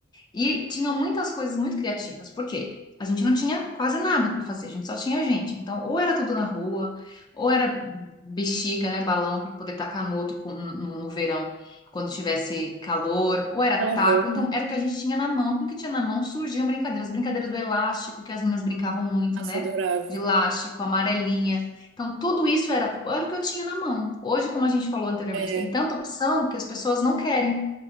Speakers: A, on the left; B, on the right.
A: E tinham muitas coisas muito criativas, porque a gente não tinha quase nada para fazer, a gente só tinha gente. Então, ou era tudo na rua, ou era bexiga, né, balão para poder tacar no outro com- no, no verão, quando tivesse calor, ou era
B: <laughs> Aham.
A: taco. Então, era o que a gente tinha na mão. Com o que tinha na mão surgiam brincadeiras, brincadeiras do elástico, que as meninas brincavam muito,
B: Nossa,
A: né?
B: adorava.
A: De elástico, amarelinha. Então, tudo isso era, era o que eu tinha na mão. Hoje, como a gente falou anteriormente,
B: É,
A: tem tanta opção que as pessoas não querem